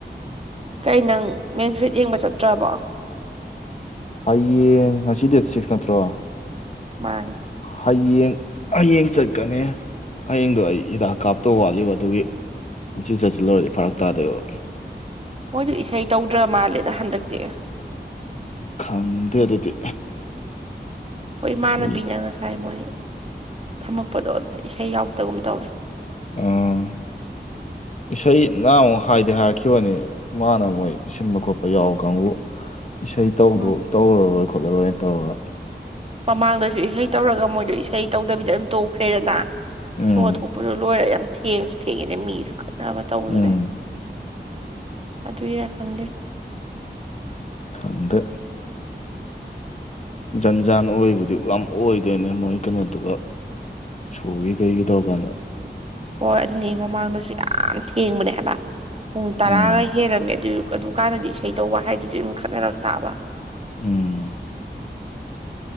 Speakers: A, on the right; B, on the left.
A: ꯀꯩ ꯅꯪ ꯃꯦꯟ ꯐꯔꯤꯠ ꯌꯦꯡꯕ ꯆꯥꯠꯇ꯭ꯔꯕꯣ
B: ꯍꯌꯦꯡ ꯉꯁꯤ ꯗꯦꯠ ꯁꯤꯛꯁ ꯅꯠꯇ꯭ꯔꯣ
A: ꯃꯥꯅꯦ
B: ꯍꯌꯦꯡ ꯍꯌꯦꯡ ꯆꯠꯀꯅꯤ ꯍꯌꯦꯡꯗꯣ ꯑꯩ ꯍꯤꯗꯥꯛ ꯀꯥꯞꯇꯧ ꯋꯥꯠꯂꯤꯕ ꯑꯗꯨꯒꯤ ꯉꯁꯤ ꯆꯥꯠꯁꯤꯜ ꯂꯨꯔꯗꯤ ꯐꯔꯛ ꯇꯥꯗꯣꯏꯕ
A: ꯃꯣꯏꯗꯣ ꯏꯁꯩ ꯇꯧꯗ꯭ꯔ ꯃꯥꯜꯂꯦꯗ ꯍꯥꯟꯗꯛꯇꯤ
B: ꯈꯪꯗꯦ ꯑꯗꯨꯗꯤ
A: ꯍꯣꯏ ꯏꯃꯥꯟꯅꯕꯤꯅ
B: ꯏꯁꯩ
A: ꯉꯁꯥꯏ ꯃꯣꯏ ꯊꯥꯝꯃꯛꯄꯗꯣ ꯑꯗꯨꯗ ꯏꯁꯩ ꯌꯥꯎꯗꯒꯨꯝ ꯇꯧꯋꯦ
B: ꯑ ꯏꯁꯩ ꯅ <unintelligible> ꯍꯥꯏꯗꯤ ꯍꯥꯏꯔꯛꯈꯤꯕꯅꯤ ꯏꯃꯥꯟꯅꯕ ꯃꯣꯏ ꯁꯤꯟꯕ ꯈꯣꯠꯄ ꯌꯥꯎ ꯀꯥꯡꯕꯨ ꯏꯁꯩ ꯇꯧꯗꯨ
A: ꯎꯝ
B: ꯇꯧꯔꯔꯣꯏ ꯈꯣꯠꯂꯔꯣꯏꯅ ꯇꯧꯔꯒ
A: ꯃꯃꯥꯡꯗꯁꯨ ꯏꯁꯩ ꯇꯧꯔꯒ ꯃꯣꯏꯗꯣ ꯏꯁꯩ ꯇꯧꯗꯕꯤꯗ ꯑꯗꯨꯝ ꯇꯣꯛꯈ꯭ꯔꯦꯗꯗ
B: ꯎꯝ
A: ꯁꯣ ꯊꯣꯛꯄꯗꯨꯣ ꯂꯣꯏꯔ ꯌꯥꯝ ꯊꯦꯡꯉꯁꯨ ꯊꯦꯡꯉꯤꯅꯦ ꯃꯤꯁꯨ ꯈꯠꯅꯕ ꯇꯧꯕꯗꯨꯗꯩ
B: ꯎꯝ
A: ꯑꯗꯨꯏꯔ ꯈꯪꯗꯦ
B: ꯈꯪꯗꯦ ꯖꯟ ꯖꯥꯟ ꯑꯣꯏꯕꯗꯤ ꯌꯥꯝ ꯑꯣꯏꯗꯣꯏꯅꯦ ꯃꯣꯏ ꯀꯩꯅꯣꯗꯨꯒ ꯁꯣꯒꯤ ꯀꯩꯒꯤ ꯇꯣꯔꯒꯥꯟꯗ
A: ꯍꯣꯏ ꯑꯗꯨꯅꯤ ꯃꯃꯥꯡꯗꯁꯨ ꯌꯥꯝ ꯊꯦꯡꯕꯅꯦ ꯍꯥꯏꯕ ꯄꯨꯡ ꯇꯔꯥꯒ
B: ꯎꯝ
A: ꯍꯦꯜꯂꯝꯝꯃꯦ ꯑꯗꯨꯖꯨ ꯑꯗꯨ ꯀꯥꯟꯗꯗꯤ ꯏꯁꯩ ꯇꯧꯕ ꯍꯥꯏꯗꯨꯗꯤ ꯑꯗꯨꯝ ꯈꯠꯅꯔꯛ ꯇꯥꯕ
B: ꯎꯝ